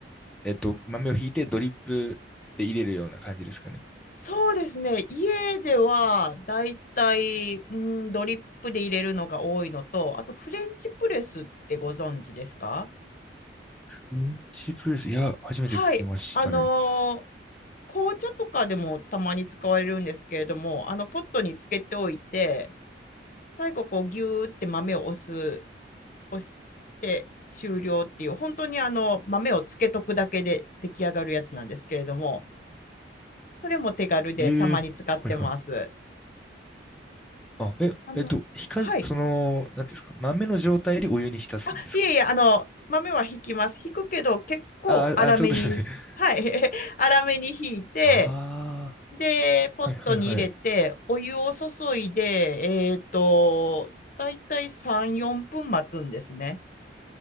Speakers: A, in the centre; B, on the left.
A: えっと、豆をひいてドリップで入れるような感じですかね。
B: そうですね。家ではだいたい、うん、ドリップで入れるのが多いのと、あとフレンチプレスってご存知ですか
A: ミンチプレス、いや、初めて聞きましたね。
B: はい。あのー紅茶とかでもたまに使われるんですけれども、あのポットにつけておいて、最後こうギューって豆を押す、押して終了っていう、本当にあの豆をつけとくだけで出来上がるやつなんですけれども、それも手軽でたまに使ってます。
A: ええはいはいあ、え、
B: あの、
A: えっと、ひか、
B: はい。
A: その、なんていうんですか、豆の状態でお湯に浸すんですか
B: あ、いえいえ、あの、豆は引きます。引くけど、結構粗めに、
A: ああ、そうですね。<laughs>
B: はい、<laughs> 粗めに引いて、
A: ああ、
B: で、ポットに入れて、
A: はいはいはい。
B: お湯を注いで、えっと、だいたい3、4分待つんですね。